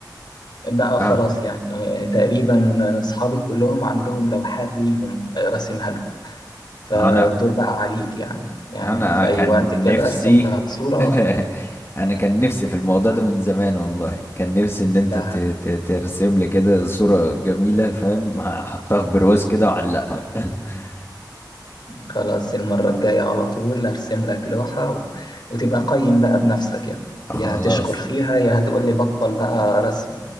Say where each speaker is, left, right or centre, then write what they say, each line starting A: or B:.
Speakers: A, on the left (about 80°); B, on the left (about 35°).
A: بقى
B: اه
A: خلاص يعني آه، تقريبا أصحابي كلهم عندهم لوحات ليهم آه، راسمها لهم فالدور
B: انا
A: بقى عليك يعني يعني
B: انا
A: في
B: كان
A: أي وقت كده
B: نفسي
A: أرسم لك صورة
B: <laughs> انا كان نفسي في الموضوع ده من زمان والله كان نفسي ان انت
A: لا
B: ت- ت- ترسم لي كده صورة جميلة فاهم احطها في برواز كده واعلقها <laughs>
A: خلاص المرة الجاية على طول أرسم لك لوحة و... وتبقى قيم بقى بنفسك يعني يا
B: خلاص
A: هتشكر فيها يا هتقول لي بطل بقى رسم